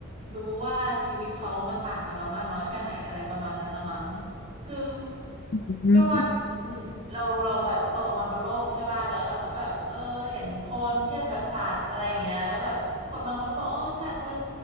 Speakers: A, on the right (about 30°); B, on the left (about 50°).
A: รู้ว่าชีวิตเขามันต่างกับเรามากน้อยแค่ไหนอะไรประมาณนั้นละมั้งคือ
B: อืม
A: ก็ว่าเราเราแบบโตมาบนโลกใช่ป่ะแล้วเราก็แบบเออเห็นคนเทียบกับสัตว์อะไรอย่างเงี้ยแล้วแบบคนบางคนก็บอกอ๋อสัตว์มัน